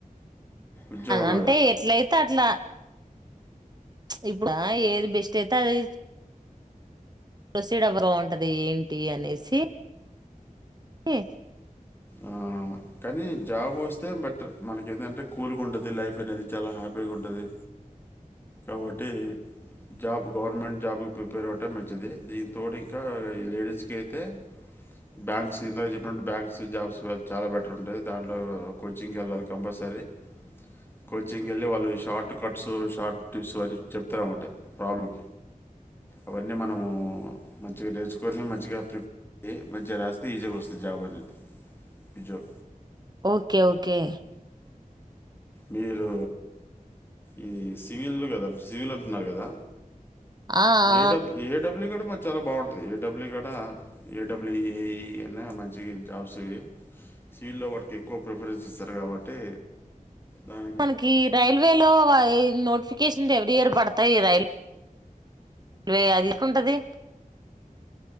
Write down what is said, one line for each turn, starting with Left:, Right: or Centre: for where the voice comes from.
Left: ఉద్యోగంలాగా.
Right: అంటే ఎట్లయితే అట్లా ఇప్పుడా ఏది బెస్ట్ అయితే అది ప్రొసీడ్ ఎవ్వరు బావుంటది ఏంటి అనేసి ఏ
Left: ఆ కానీ జాబ్ వస్త అంతేం బెటర్ మనక ఏంటంటే కూల్గా ఉంటుంది లైఫ్ అనేది చాలా హ్యాపీగా ఉంటుంది కాబట్టి జాబ్ గవర్నమెంట్ జాబ్ ప్రిపేర్ అవ్వటం మంచిది దీనితోడు ఇంకా లేడీస్కి అయితే
Right: అ
Left: బ్యాంక్స్ ఇందక చెప్పినట్టు బ్యాంక్స్ జాబ్స్ చాలా బెటర్ ఉంటుంది దాంట్లో కోచింగ్కి వెళ్ళాలి కంపల్సరీ కోచింగ్ వెళ్ళి వాళ్ళు షార్ట్ కట్స్ షార్ట్ టిప్స్ అన్నీ చెప్తారమటే ప్రాబ్లం అవన్నీ మనము మంచిగా నేర్చుకొని కొని మంచిగా ప్రిపేర్ అయ్యి మంచిగా రాస్తే ఈజీ గా వస్తుంది జాబ్ అనేది ఉద్యోగ
Right: ఓకే ఓకే
Left: మీరు ఇది సివిల్ కదా సివిల్ అంటున్నారు కదా
Right: ఆ ఆ
Left: ఏడబ్ ఏడబ్ల్యూ కూడా మ చాలా బాగుంటది ఏడబ్ల్యూ గడ ఏడబ్ల్యూఏ మంచి జాబ్స్ ఇవి సీల్డ్లో వాటికి ఎక్కువ ప్రిఫరెన్స్ ఇస్తారు కాబట్టి దానికి
Right: మనకి రైల్వేలో నోటిఫికేషన్ ఎవరి ఇయర్ పడతాయి రైల్ వే అది తీసుకుంటది